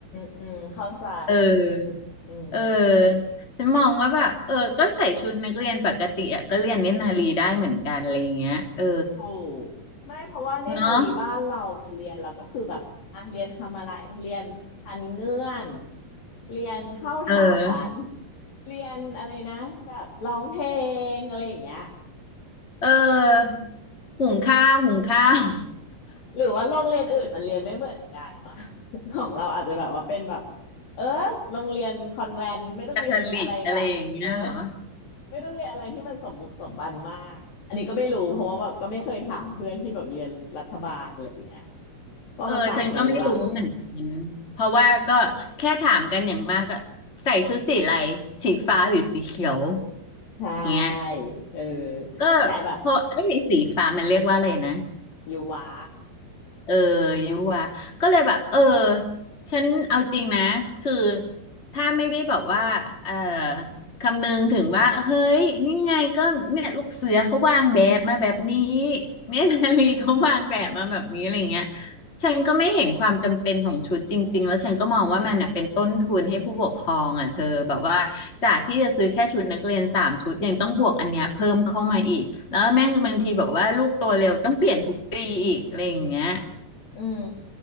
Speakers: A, on the left (about 65°); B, on the left (about 20°).
A: อืมเข้าใจ
B: เออ
A: อืม
B: เออฉันมองว่าแบบเออก็ใส่ชุดนักเรียนปกติอ่ะก็เรียนเน้นนารีได้เหมือนกันอะไรอย่างเงี้ยเออ
A: ถูกไม่เพราะว่าเนตรนารีบ้านเรามันเรียนแล้วก็คือแบบอ่ะเรียนทำอะไรเรียนพันเงื่อน
B: เนาะ
A: เรียนเข้าฐาน
B: เออ
A: เรียนอะไรนะแบบร้องเพลงอะไรอย่างเงี้ย
B: เออ หุงข้าว หุงข้าว <laughs>
A: หรือว่าโรงเรียนอื่นมันเรียนไม่เหมือนกันวะ <laughs> ของเราอาจจะแบบว่าเป็นแบบเออโรงเรียนคอนแวนต์ไม่ต้องเรียนอะไรแบบเออ
B: คาทอลิกอะไรอย่างเงี้ยเหรอ
A: ไม่ต้องเรียนอะไรที่มันสมบุกสมบันมากอันนี้ก็ไม่รู้เพราะว่าแบบก็ไม่เคยถามเพื่อนที่แบบเรียนรัฐบาลอะไรอย่างเงี้ยว่ามันต่างกันหรือเปล่า
B: เออ ฉันก็ไม่รู้เหมือนกัน เพราะว่าก็แค่ถามกันอย่างมากก็ใส่ชุดสีอะไรสีฟ้าหรือสีเขียว
A: ใช่
B: เงี้ย
A: เออ
B: ก็
A: แต่แบบ
B: พอเอ้ยสีฟ้ามันเรียกว่าอะไรนะ
A: อยู่วะ
B: เออยุวะก็เลยแบบเออฉันเอาจริงนะคือถ้าไม่ได้แบบว่าเออคำนึงถึงว่าเฮ้ยนี่ไงก็เนี่ยลูกเสือเขาวางแบบมาแบบนี้เมียนาลีเขาวางแบบมาแบบนี้อะไรเงี้ยฉันก็ไม่เห็นความจำเป็นของชุดจริงๆแล้วฉันก็มองว่ามันน่ะเป็นต้นทุนให้ผู้ปกครองอ่ะเธอแบบว่าจากที่จะซื้อแค่ชุดนักเรียนสามชุดยังต้องบวกอันเนี้ยเพิ่มเข้ามาอีกแล้วแม่งบางทีแบบว่าลูกโตเร็วต้องเปลี่ยนทุกปีอีกอะไรอย่างเงี้ย
A: อืม